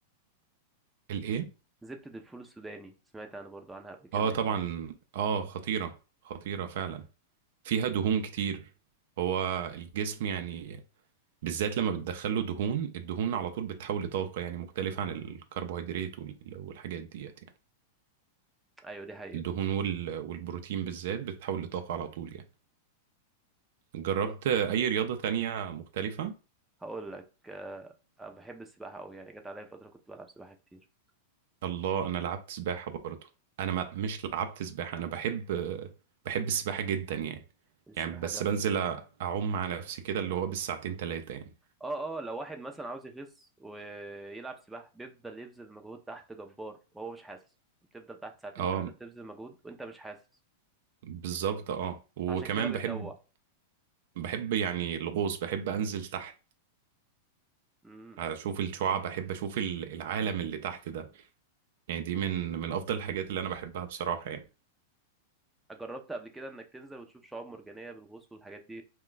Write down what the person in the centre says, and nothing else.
زبده الفول السوداني سمعت انا برضو عنها قبل كده
ان هي
كويسه
ايوه دي حقيقه
دي
هقول لك أه... أنا بحب السباحه قوي يعني جت عليا فتره كنت بلعب سباحه كتير
السباحه
جامده
اه اه لو واحد مثلا عاوز يخس ويلعب سباحة بيفضل يبذل مجهود تحت جبار وهو مش حاسس بتفضل تحت ساعتين
ثلاثة بتبذل مجهود وانت مش حاسس
عشان كده بتجوع
امم
جربت قبل كده انك تنزل وتشوف شعاب مرجانية بالغوص والحاجات دي